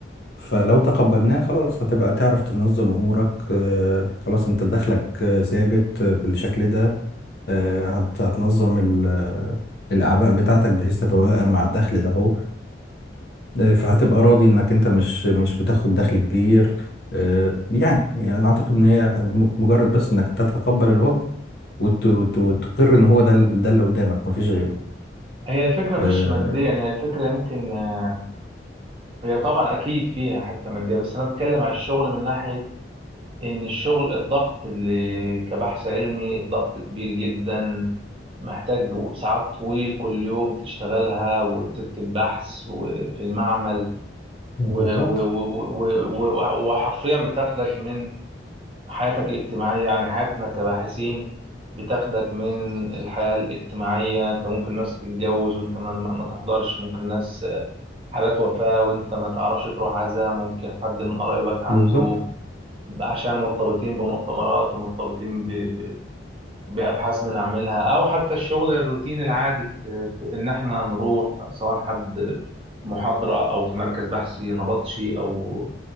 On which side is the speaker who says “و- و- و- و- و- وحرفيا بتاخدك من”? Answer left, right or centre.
Right